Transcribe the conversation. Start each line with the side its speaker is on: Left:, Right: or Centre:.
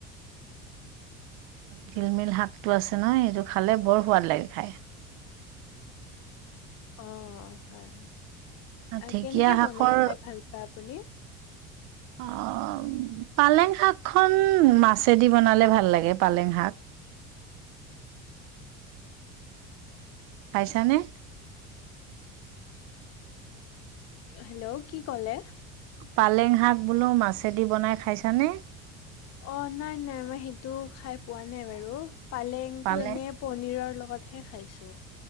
Right: তিলমিল শাকটো আছে ন, এইটো খালে বৰ সোৱাদ লাগে খাই।
Left: অ, হয় হয়
Right: ঢেকীয়া
Left: কেনেকে
Right: শাকৰ
Left: বনাই খাই ভাল পোৱা? আপুনি?
Right: আহ, পালেং শাক খন মাছেদি বনালে ভাল লাগে পালেং শাক। খাইছানে?
Left: হেল্ল' কি কলে?
Right: পালেং শাক বোলো মাছেদি বনাই খাইছানে?
Left: অ নাই নাই মই সেইটো খাই পোৱা বাৰু পালেংটো
Right: পালে
Left: এনে পনিৰৰ লগত ঘৰত হেখাইছোঁ